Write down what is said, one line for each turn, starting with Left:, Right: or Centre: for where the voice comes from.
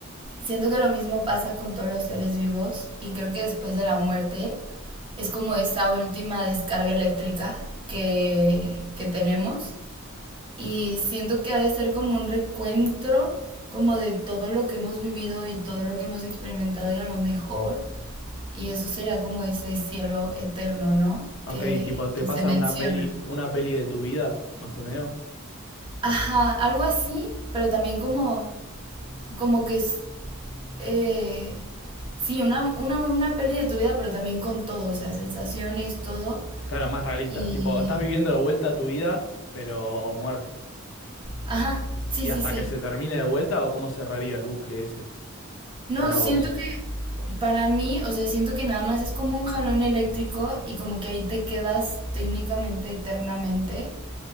Right: Siento que lo mismo pasa con todos los seres vivos y creo que después de la muerte es como esa última descarga eléctrica que, que tenemos y siento que ha de ser como un recuento como de todo lo que hemos vivido y todo lo que hemos experimentado y a lo mejor. Y eso sería como ese cielo eterno, ¿no?
Left: Ok,
Right: Que,
Left: tipo, te
Right: que
Left: pasan
Right: se menciona.
Left: una peli, una peli de tu vida, más o menos.
Right: Ajá, algo así, pero también como, como que es, eh, sí, una, una, una peli de tu vida, pero también con todo, o sea, sensaciones, todo.
Left: Claro, más realista.
Right: Y,
Left: Tipo, estás viviendo de vuelta tu vida, pero muerto.
Right: ajá, sí,
Left: ¿Y
Right: sí,
Left: hasta
Right: sí.
Left: que se termine de vuelta o cómo cerraría el bucle ese
Right: No,
Left: para
Right: siento
Left: vos?
Right: que para mí, o sea, siento que nada más es como un jalón eléctrico y como que ahí te quedas técnicamente eternamente,